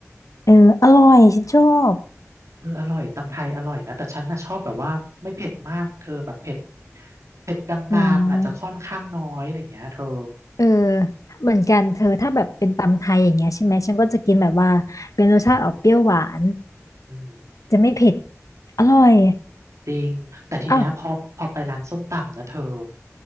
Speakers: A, on the left (about 85°); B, on the right (about 65°).
A: เอออร่อย ฉันชอบ
B: เอออร่อยตำไทยอร่อยนะแต่ฉันน่ะชอบแบบว่าไม่เผ็ดมากเธอแบบเผ็ดเผ็ดกลางๆอาจจะค่อนข้างน้อยอะไรอย่างเงี้ยเธอ
A: อืม เออเหมือนกันเธอถ้าแบบเป็นตำไทยอย่างเงี้ยใช่ไหมฉันก็จะกินแบบว่าเป็นรสชาติออกเปรี้ยวหวาน
B: อืม
A: จะไม่เผ็ดอร่อย
B: จริงแต่ทีเนี้ยพอพอไปร้านส้มตำนะเธอ
A: อ้าว